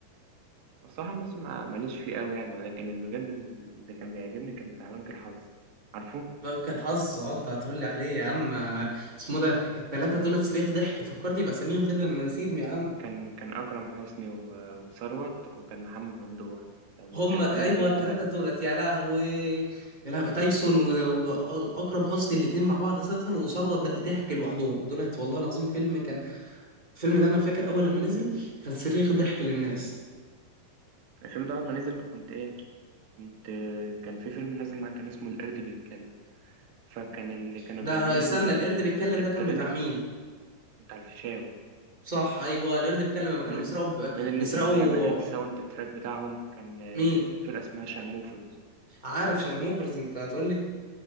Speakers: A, on the right; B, on the right.
A: الصراحة المصري ما- ماليش فيه قوي يعني لكن اللي بجد اللي كان بيعجبني كان بتاع بنك الحظ عارفه
B: بقى كان حظ اه انت هتقول لي عليه يا عم آه، اسمه ده التلاته دول صريخ ضحك فكرت يبقى اساميهم كده انا ناسيهم يا عم
A: كان كان أكرم حسني و- وثروت وكان محمد ممدوح كان
B: هم
A: كان
B: ايوه
A: فيلم جامد
B: التلاته
A: أوي
B: دولت يا لهوي يا لهوي تايسون و- واكرم حسني الاتنين مع بعض اساسا وثروت ضحك لوحدهم دولت والله العظيم فيلم كان الفيلم ده انا فاكر اول لما نزل كان صريخ ضحك للناس
A: الفيلم ده أول ما نزل كنت إيه كنت كان في فيلم نازل معاه كان اسمه القرد بيتكلم فكان اللي كانوا
B: ده
A: بيعملوا
B: استنى
A: ال-
B: القرد بيتكلم
A: التريلر
B: ده كان بتاع مين
A: بتاع الفيشاوي
B: صح ايوه القرد بيتكلم لما
A: من
B: كانوا بيسرقوا ب...
A: من اللي
B: بيسرقوا
A: كان بيعمل الساوند تراك بتاعهم كان آه،
B: مين
A: فرقة اسمها شارموفرز
B: عارف شارموفرز انت هتقول لي